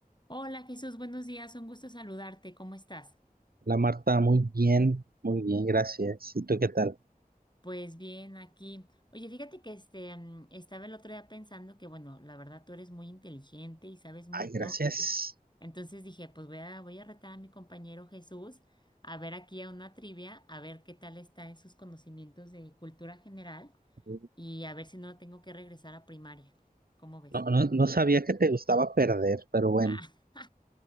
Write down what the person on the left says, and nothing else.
Hola Jesús, buenos días, un gusto saludarte, ¿cómo estás?
Pues bien, aquí. Oye, fíjate que este mm, estaba el otro día pensando que, bueno, la verdad tú eres muy inteligente y sabes mucho.
Entonces dije, pues voy a, voy a retar a mi compañero Jesús a ver aquí a una trivia, a ver qué tal está en sus conocimientos de cultura general
y a ver si no tengo que regresar a primaria. ¿Cómo ves?
Ah, <laughs>